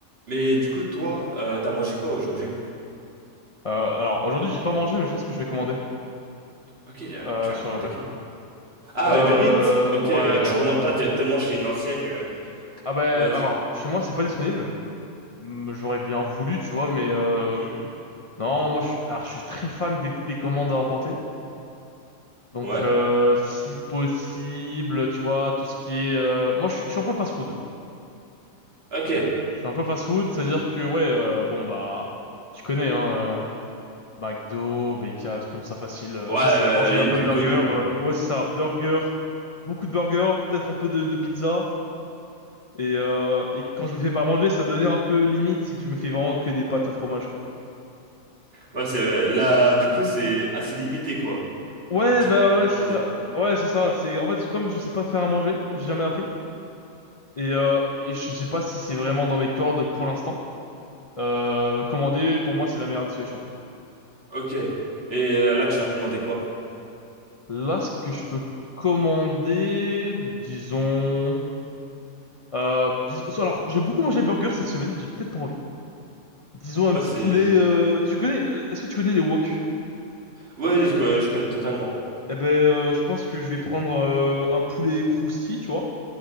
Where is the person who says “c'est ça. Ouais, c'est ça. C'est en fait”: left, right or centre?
Left